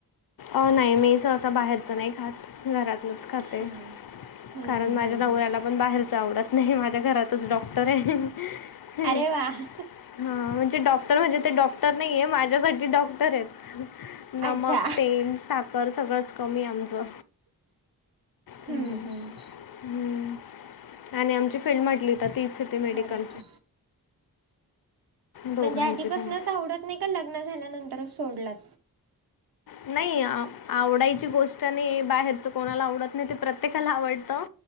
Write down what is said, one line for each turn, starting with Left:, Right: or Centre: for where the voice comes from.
Left: अ नाही मी सहसा बाहेरचं नाही खात. घरातलंच खाते
Right: हां. हम्म,
Left: कारण माझ्या
Right: हम्म,
Left: नवऱ्याला
Right: हम्म.
Left: पण बाहेरच आवडत नाही माझ्या घरात तुच डॉक्टर आहे. <unintelligible>
Right: अरे वाह!
Left: हं म्हणजे डॉक्टर म्हणजे ते डॉक्टर नाहीये माझ्यांसांठी डॉक्टर आहेत नमक
Right: अच्छा
Left: तेल, साखर सगळचं कमी आमचं हम्मं.
Right: हम्म हम्म
Left: हम्म आणि आमची फील्ड म्हटली तर तीच येते मेडिकल.
Right: खरं की
Left: दोघांची
Right: म्हणजे आधीपासूनचं
Left: पण.
Right: आवडतं नाहीं कां लग्नं झाल्यानंतरच सोडलांत?
Left: नाहीं आवडायची गोष्ट नाहीं बाहेरचं कोणाला आवडतं नाहीं ते प्रत्येकाला आवडतं.